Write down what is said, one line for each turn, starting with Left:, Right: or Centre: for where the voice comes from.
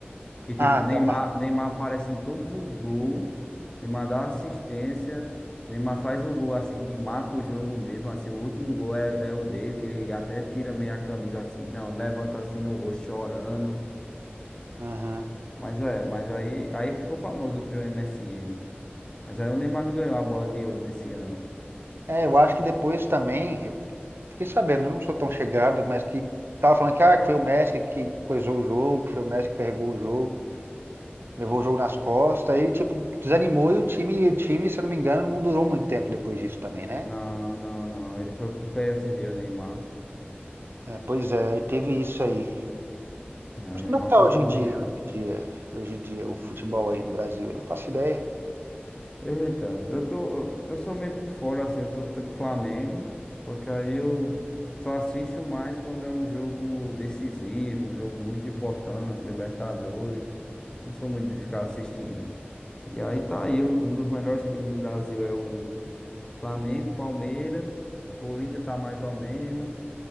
Left: Que tipo,
Right: Ah, tá.
Left: Neymar, Neymar aparece em todos os gols, Neymar dá assistência, Neymar faz o gol assim que mata o jogo mesmo, assim, o último gol é, é o dele, que ele até tira meio a camisa assim, não, levanta assim no rosto chorando.
Right: Aham.
Left: Mas é, mas aí, aí ficou famoso o trio M S N, Mas aí o Neymar não ganhou a bola de ouro nesse ano.
Right: É, eu acho que depois também. fiquei sabendo, eu não sou tão chegado, mas que tava falando que, ah, que foi o Messi que coisou o jogo, foi o Messi que carregou o jogo, levou o jogo nas costas, aí ele tipo desanimou e o time, e o time, se eu não me engano, não durou muito tempo depois disso também, né?
Left: Não, não, não. Ele foi pro PSG, o Neymar.
Right: É, pois é, aí teve isso aí.
Left: É,
Right: Mas
Left: o Neymar
Right: como é que tá
Left: foi
Right: hoje
Left: pro
Right: em dia,
Left: dinheiro.
Right: hoje em dia, hoje em dia o futebol aí no Brasil? Eu não faço ideia.
Left: Eita, eu tô, eu, eu sou meio por fora, assim, eu torço pelo Flamengo, porque aí eu só assisto mais quando é um jogo decisivo, um jogo muito importante, Libertadores, não sou muito de ficar assistindo. E aí tá aí, um um dos melhores times do Brasil é o Flamengo, Palmeiras, Corinthians tá mais ou menos,